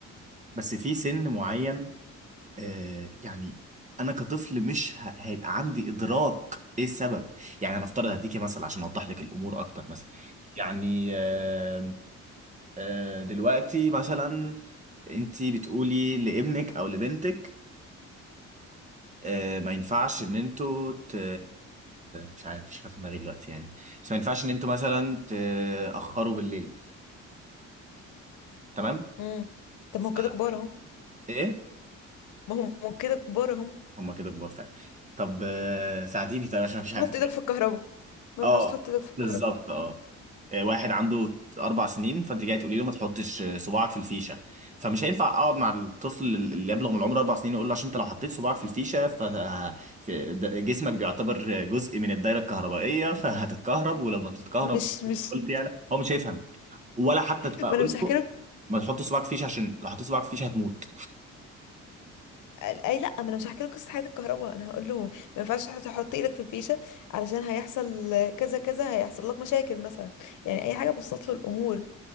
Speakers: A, on the right (about 25°); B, on the left (about 80°).
A: بس في سن معين آه يعني انا كطفل مش ه... هيبقى عندي ادراك ايه السبب يعني انا افترض هديكي مثلا عشان اوضح لك الامور اكتر مثلا يعني آه آه دلوقتي مثلا انتي بتقولي لابنك او لبنتك آه، ما ينفعش ان انتوا ت... مش عارف مش عارف دماغي دلوقتي يعني بس ما ينفعش ان انتوا مثلا تأخروا بالليل تمام
B: امم طب
A: ف...
B: ما هو كده كبار اهو
A: ايه
B: ما هم ما هو كده كبار اهو
A: هما كده كبار فعلا طب آه، ساعديني طيب عشان مفيش حاجه
B: حط
A: في دماغي
B: ايدك في الكهرباء ما
A: اه
B: ينفعش تحط ايدك في الكهرباء
A: بالظبط اه آه، واحد عنده اربع سنين فانت جاي تقولي له ما تحطش آه، صباعك في الفيشه فمش هينفع اقعد مع الطفل اللي يبلغ من العمر اربع سنين واقول له عشان انت لو حطيت صباعك في الفيشه فجسمك بيعتبر جزء من الدايره الكهربائيه فهتتكهرب ولو ما تتكهرب
B: مش مش
A: قلت يعني هو مش هيفهم ولا حتى تبقى
B: ما
A: اقول
B: انا مش هحكي
A: له
B: لك
A: ما تحطش صباعك في الفيشه عشان لو حطيت صباعك في الفيشه هتموت
B: اي لا ما انا مش هحكي لك قصه حياه الكهرباء انا هقول لهم ما ينفعش تح- تحط ايدك في الفيشه علشان هيحصل كذا كذا هيحصل لك مشاكل مثلا يعني اي حاجه بسط له الامور